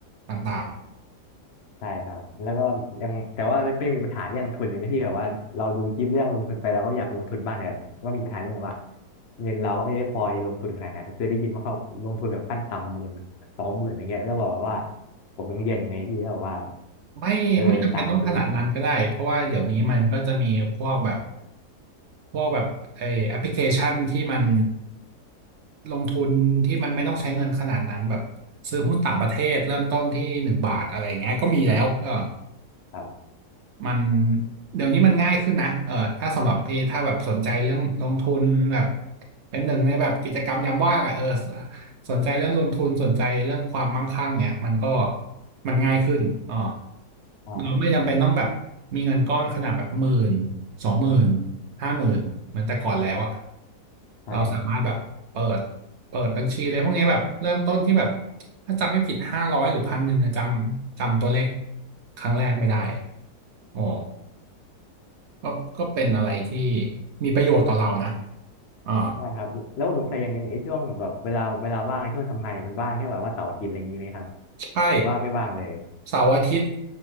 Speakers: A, on the right; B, on the left.
A: ต่าง
B: ใช่ครับแล้วก็ยังแต่ว่าก็ยังมีปัญหาเรื่องทุนอยู่นะที่แบบว่าเราดูคลิปเรื่องลงทุนไปแล้วก็อยากลงทุนบ้างเนี่ยก็มีปัญหาเรื่องแบบว่าเงินเราก็ไม่ได้พอลงทุนขนาดนั้นคือได้ยินว่าเขาลงทุนแบบขั้นต่ำหมื่นสองหมื่นอะไรเงี้ยแล้วบอกว่าผมยังเรียนอยู่ไงพี่แล้วบอกว่า
A: ไม่ไม่จำเป็นต้องขนาดนั้นก็ได้เพราะว่าเดี๋ยวนี้มันก็จะมีพวกแบบ
B: เออตังค์มันก็ไม่เยอะขนาดนั้น
A: พวกแบบไอแอปพลิเคชันที่มันลงทุนที่มันไม่ต้องใช้เงินขนาดนั้นแบบซื้อหุ้นต่างประเทศเริ่มต้นที่หนึ่งบาทอะไรเงี้ยก็มีแล้วเออ
B: ครับ
A: มันเดี๋ยวนี้มันง่ายขึ้นนะเออถ้าสำหรับพี่ถ้าแบบสนใจเรื่องลงทุนแบบเป็นหนึ่งในแบบกิจกรรมยามว่างอ่ะเออสนใจเรื่องลงทุนสนใจเรื่องความมั่งคั่งเนี่ยมันก็มันง่ายขึ้นอ๋อ
B: ใช่
A: เราไม่จำเป็นต้องแบบมีเงินก้อนขนาดแบบหมื่นสองหมื่นห้าหมื่นเหมือนแต่ก่อนแล้วอ่ะ
B: ใช่ครับ
A: เราสามารถแบบเปิดเปิดบัญชีอะไรพวกเนี้ยแบบเริ่มต้นที่แบบถ้าจำไม่ผิดห้าร้อยหรือพันหนึ่งอะจำจำตัวเลขครั้งแรกไม่ได้อ๋อ ก็ก็เป็นอะไรที่มีประโยชน์ต่อเรานะอ่า
B: ใช่ครับแล้วผมสงสัยอย่างหนึ่งไอ้ช่วงแบบเวลาเวลาว่างช่วงทำงานเนี่ยมันว่างแค่แบบว่าเสาร์อาทิตย์อะไรอย่างนี้ไหมครับ
A: ใช่
B: หรือว่าไม่ว่างเลย
A: เสาร์อาทิตย์